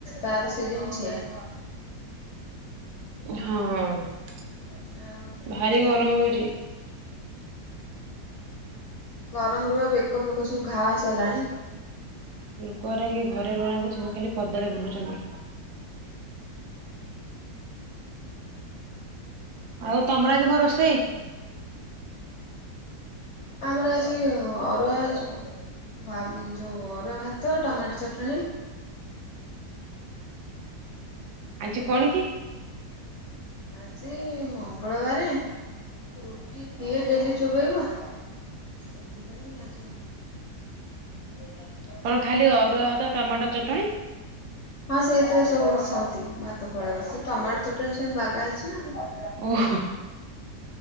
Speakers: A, on the left; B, on the right.
A: ତାରି ସିଜିନ୍ ସେଇୟା।
B: ହଁ।
A: ଯାଉ।
B: ଭାରି ଗରମ ହଉଛି
A: ଗରମ ରୁ ପା ବେକ ଫେକ ସବୁ ଘାଆ ହେଇ ସାରିଲାଣି।
B: ଲୋକ ଗୁରା କେହି ଘରେ ରହୁନାହାନ୍ତି ସବୁ ଖାଲି ପଦାରେ ବୁଲୁଚନ୍ତି। ଆଉ ତମର ଆଜି କଣ ରୋଷେଇ?
A: ଆମର ଆଜି ଅରୁଆ ବା ଯଉ ଅରୁଆ ଭାତ ଟମାଟୋ ଚଟଣି
B: ଆଜି
A: ଆଉ
B: କଣ କି?
A: ଆଜି ମଙ୍ଗଳବାରେ ରୁଟି କିଏ ଡେଲି ଚୋବେଇବ। ସେଥିପାଇଁ ଆଜି <inaudible>
B: କଣ ଖାଲି ଅରୁଆ ଭାତ ଟମାଟୋ ଚଟଣି?
A: ହଁ ସେଇଥିରେ ସବୁ ବସନ୍ତି ଭାତ ପଳେଇବ ସେ ଟମାଟ ଚଟଣି ସେନ୍ତି ବାଗା ହେଇଚି ନା।
B: ଓହୋ।